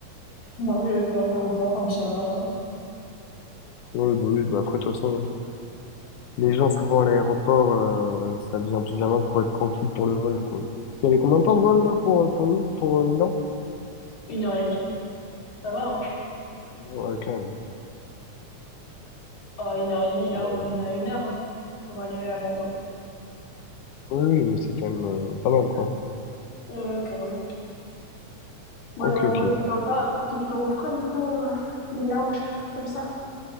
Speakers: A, on the left; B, on the left.
A: Dans le, dans l'aéroport, en pyjama, là.
B: Ouais, bah oui, bah après de toute façon. Les gens, souvent à l'aéroport, euh, ça vient plus vraiment pour être tranquille pour le vol, quoi. Il y avait combien de
A: Euh,
B: temps de vol, là, pour, euh, pour nous, pour euh, Milan?
A: Une heure et demie. Ça va, hein?
B: Ouais, quand même.
A: Ah, une heure et demie,
B: Mais-
A: là, on a une heure hein, pour aller à Bordeaux.
B: Oui, oui, mais c'est quand même euh, pas mal, quoi.
A: Ouais, carrément. Bon,
B: Ok,
A: non,
B: ok.
A: en vrai, c'est sympa. Toi, tu le referas, du coup, euh, les lounges, comme ça.